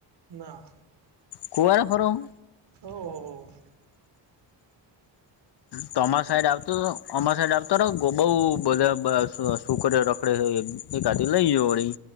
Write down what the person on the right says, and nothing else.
ના
ઓ હો હો